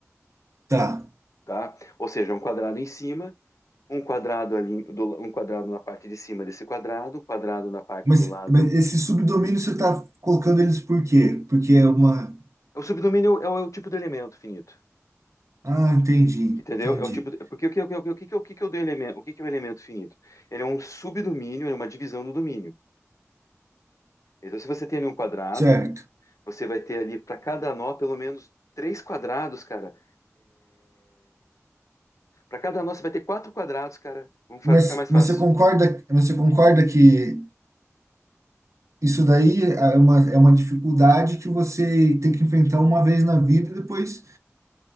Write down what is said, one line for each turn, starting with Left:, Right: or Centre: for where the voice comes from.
Right: tá.
Left: tá? Ou seja, um quadrado em cima, um quadrado ali, do- um quadrado na parte de cima desse quadrado, um quadrado na parte
Right: Mas,
Left: do lado.
Right: mas esse subdomínio você está colocando eles por quê? Porque é uma.
Left: O subdomínio é o, é o tipo de elemento finito.
Right: Ah, entendi,
Left: Entendeu?
Right: entendi.
Left: É o tipo, de- porque o que, o que, o que, o que, que é o do elemento, o que que é o elemento finito? Ele é um subdomínio, é uma divisão do domínio. Então, se você tem ali um quadrado,
Right: Certo.
Left: você vai ter ali para cada nó pelo menos três quadrados, cara. Para cada nó você vai ter quatro quadrados, cara. Vamos
Right: Mas,
Left: fa- ficar mais
Right: mas
Left: fácil.
Right: você concorda, mas você concorda que Isso daí é uma, é uma dificuldade que você tem que enfrentar uma vez na vida e depois